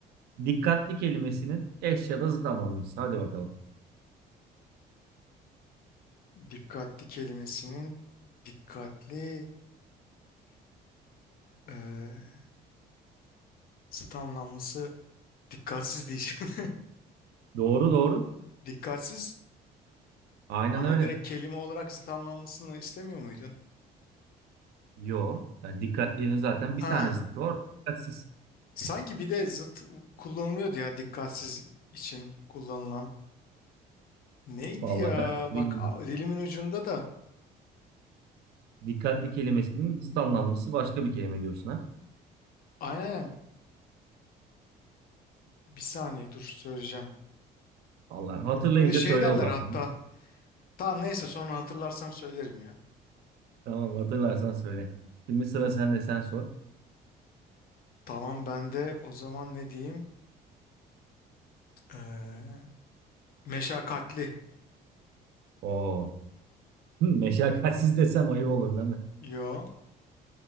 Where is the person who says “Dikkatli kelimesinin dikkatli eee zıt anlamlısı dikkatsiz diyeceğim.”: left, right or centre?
Left